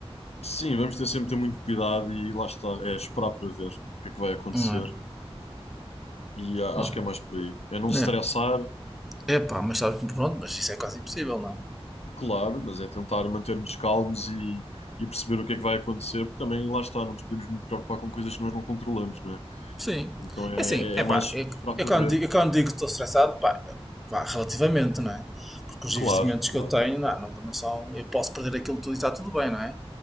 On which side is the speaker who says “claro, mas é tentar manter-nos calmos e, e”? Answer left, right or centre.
Left